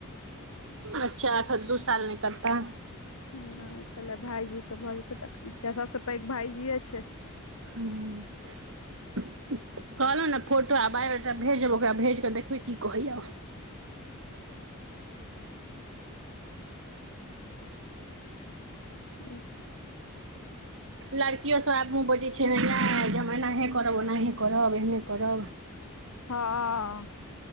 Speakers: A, on the right (about 65°); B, on the left (about 75°).
A: अच्छा अखन दू साल नहि करता?
B: नैय पहिले भायजी के भऽ जेतै तखन, कियैकि सबसऽ पैघ भायजीेये छै।
A: हँम्म। कहलौं न फोटो आ बायोडाटा भेजब, ओकरा भेज कऽ देखबै की कलैयाऽ।
B: <inaudible>
A: लड़कियो सभ आब मुँ बजै छै न यै, जे हम एनाहे करब ओनाहे करब एहने करब।
B: हँ।